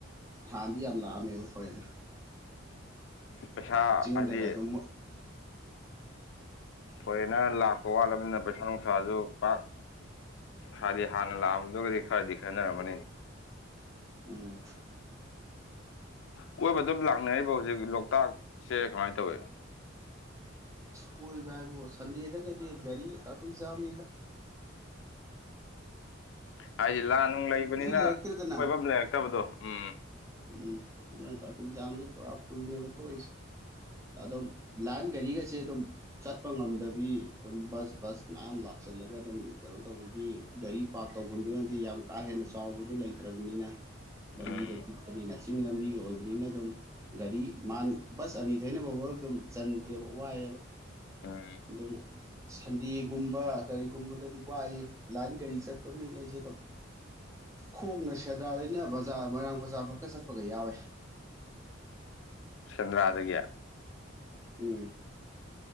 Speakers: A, on the right; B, on the left.
A: ꯍꯗꯤ ꯑꯂ ꯑꯃꯕꯨ ꯐꯔꯦꯅ
B: ꯄꯩꯁꯥ
A: ꯆꯤꯡꯗꯒ
B: ꯍꯥꯏꯗꯤ
A: ꯑꯗꯨꯝ
B: ꯐꯣꯔꯦꯟꯅꯔ ꯂꯥꯛꯄ ꯋꯥꯠꯂꯕꯅꯤꯅ ꯄꯩꯁꯥ ꯅꯨꯡꯁꯥꯁꯨ ꯄꯥꯛ ꯍꯥꯏꯗꯤ ꯍꯥꯟꯅ ꯂꯥꯛꯑꯝꯗꯨꯒꯗꯤ ꯈꯔꯗꯤ ꯈꯦꯅꯔꯝꯃꯅꯤ
A: ꯎꯝ
B: ꯀꯣꯏꯕ ꯑꯗꯨꯝ ꯂꯥꯛꯅꯔꯤꯕ ꯍꯧꯖꯤꯛ ꯂꯣꯛꯇꯥꯛꯁꯦ ꯀꯃꯥꯏꯅ ꯇꯧꯋꯤ
A: ꯀꯣꯏ ꯕꯨ ꯁꯟꯗꯤꯦꯗ ꯀꯗꯤ ꯒꯥꯔꯤ ꯇꯐꯤꯛꯖꯝ ꯂꯤꯗ
B: ꯍꯥꯏꯗꯤ ꯂꯥꯟ ꯅꯨꯡ ꯂꯩꯕꯅꯤꯅ
A: ꯂꯩꯔꯛꯇ꯭ꯔꯦꯗꯅ
B: ꯀꯣꯏꯐꯝ ꯂꯩꯔꯛꯇꯕꯗꯣ ꯎꯝ
A: ꯎꯝ ꯑꯗꯨꯅ ꯇ꯭ꯔꯥꯐꯤꯛ ꯖꯥꯝꯁꯦ ꯄꯨꯔꯥ ꯐꯨꯜꯅꯦꯕ ꯊꯣꯛꯛꯏꯁꯦ ꯑꯗꯨꯝ ꯂꯥꯟ ꯔꯤꯒꯁꯦ ꯑꯗꯨꯝ ꯆꯠꯄ ꯉꯝꯗꯕꯤ ꯑꯗꯨꯝ ꯕꯁ ꯕꯁ ꯃꯌꯥꯝ ꯂꯥꯛꯁꯤꯜꯂꯒ ꯑꯗꯨꯝ ꯀꯩꯅꯣ ꯇꯧꯕꯒꯤ ꯒꯥꯔꯤ ꯄꯥꯔꯛ ꯇꯧꯍꯟꯗꯨꯅꯗꯤ ꯌꯥꯝ ꯀꯥ ꯍꯦꯟꯅ ꯆꯥꯎꯕꯗꯨꯣ ꯂꯩꯇ꯭ꯔꯕꯅꯤꯅ ꯂꯝꯕꯤꯗꯣ
B: ꯎꯝ
A: ꯅꯤꯅ ꯆꯤꯡ ꯂꯝꯕꯤꯒ ꯑꯣꯏꯕꯅꯤꯅ ꯑꯗꯨꯝ ꯒꯥꯔꯤ ꯕꯁ ꯑꯅꯤ ꯊꯩꯅꯅꯕꯐꯥꯎ ꯑꯗꯨꯝ ꯆꯟꯗꯦꯕ ꯋꯥꯏꯑꯦꯕ
B: ꯎꯝ
A: ꯑꯗꯨꯅ ꯁꯟꯗꯦꯒꯨꯝꯕ ꯀꯔꯤꯒꯨꯝꯕꯗꯗꯤ ꯋꯥꯏꯑ ꯂꯥꯏꯟ ꯒꯥꯔꯤ ꯆꯠꯄ ꯃꯤ ꯂꯩꯁꯦ ꯑꯗꯨꯝ ꯈꯣꯡꯅ ꯁꯦꯗ꯭ꯔꯥꯗꯩꯅ ꯕꯖꯥꯔ ꯃꯣꯏꯔꯥꯡ ꯖꯥꯐꯛꯀ ꯆꯠꯄꯒ ꯌꯥꯎꯋꯦ
B: ꯆꯗ꯭ꯔꯥꯗꯒꯌꯥ
A: ꯎꯝ